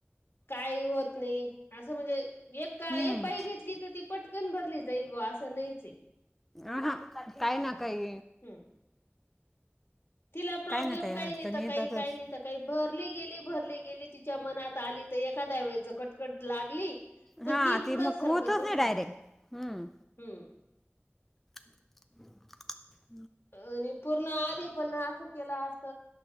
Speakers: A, on the left; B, in the centre.
A: काही होत नाही अस म्हणजे एक का
B: हम्म
A: एक बाई घेतली तर ती पटकन भरली जाईल बुवा अस नाहीचय.
B: आहा काय ना काही.
A: हम्म. तिला प्रॉब्लेम
B: ना
A: काही
B: अडचणी
A: नाही तर
B: येतातच.
A: काही काही नाही तर काही भरली गेली भरली गेली तिच्या मनात आली तर एखाद्या वेळेस जर कटकट लागली तर
B: हा
A: ती
B: ते
A: पुढ
B: मग
A: सरकतच
B: होतच डायरेक्ट
A: नाही
B: हम्म
A: हम्म.
B: <inaudible>
A: आणि पूर्ण आधी पण अस केल असत